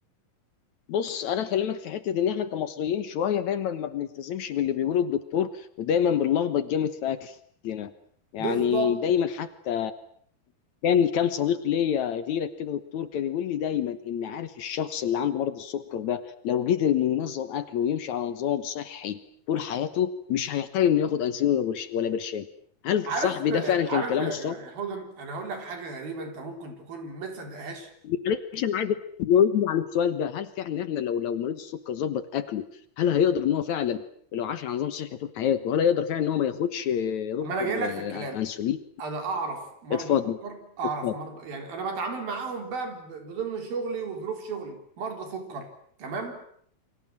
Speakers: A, on the left; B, on the right.
A: بص انا اكلمك في حته ان احنا كمصريين شويه دايما ما بنلتزمش باللي بيقوله الدكتور ودايما بنلخبط جامد في اكلنا يعني
B: بالظبط
A: دايما حتى كان كان صديق ليا غيرك كده دكتور كان يقول لي دايما ان عارف الشخص اللي عنده مرض السكر ده لو قدر انه ينظم اكله ويمشي على نظام صحي طول حياته مش هيحتاج انه ياخد انسولين ولا برش- ولا برشام هل
B: عارف
A: صاحبي ده فعلا كان
B: عارف
A: كلامه
B: يا
A: صح
B: حودم انا هقول لك حاجه غريبه انت ممكن تكون ما تصدقهاش
A: معلش انا عايزك تجاوبني على السؤال ده هل فعلا احنا لو لو مريض السكر ظبط اكله هل هيقدر ان هو فعلا لو عاش على نظام صحي طول حياته هل هيقدر فعلا ان هو ما ياخدش آه، يا دكتور
B: اما انا جاي لك
A: آه،
B: في الكلام
A: انسولين
B: انا اعرف مرضى
A: اتفضل
B: سكر اعرف
A: اتفضل
B: مرضى يعني انا بتعامل معاهم بقى ب- بضمن شغلي وظروف شغلي مرضى سكر تمام